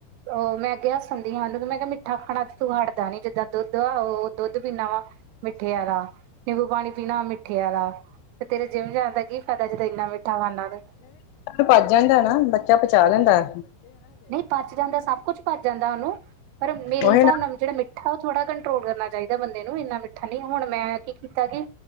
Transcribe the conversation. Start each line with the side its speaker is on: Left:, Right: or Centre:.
Right: ਅ ਮੈਂ ਗਿਆ ਸਣ ਤੇ ਹੰਡ ਫੇਰ ਮੈਂ ਕਿਆ ਮਿੱਠਾ ਖਾਣਾ ਤੂੰ ਹਟਦਾ ਨੀ ਜਿੱਦਾਂ ਦੁੱਧ ਵਾ ਔ ਦੁੱਧ ਪੀਣਾ ਵਾ ਮਿੱਠੇ ਆਲਾ, ਨਿੰਬੂ ਪਾਣੀ ਪੀਣਾ ਮਿੱਠੇ ਆਲਾ ਤੇ ਤੇਰੇ ਜਿਮ ਜਾਣ ਦਾ ਕੀ ਫਾਇਦਾ ਜੇ ਤੁ ਇੰਨਾ ਮਿੱਠਾ ਖਾਨਾ ਤੇ
Left: <unintelligible> ਪਚ ਜਾਂਦੈ ਨਾ ਬੱਚਾ ਪਚਾ ਲੈਂਦੈ।
Right: ਨਹੀਂ ਪਚ ਜਾਂਦੈ ਸਭ ਕੁਛ ਪਚ ਜਾਂਦਾ ਔਨੂੰ ਪਰ ਮੇਰੇ
Left: ਉਹੀ
Right: ਹਿਸਾਬ
Left: ਨਾ
Right: ਨਾਲ ਜੇੜਾ ਮਿੱ ਠਾ ਔ ਥੋੜਾ ਕੰਟਰੋਲ ਕਰਨਾ ਚਾਈਦੈ ਬੰਦੇ ਨੂੰ। ਇੰਨਾ ਮਿੱਠਾ ਨੀ, ਹੁਣ ਮੈਂ ਕੀ ਕੀਤਾ ਕਿ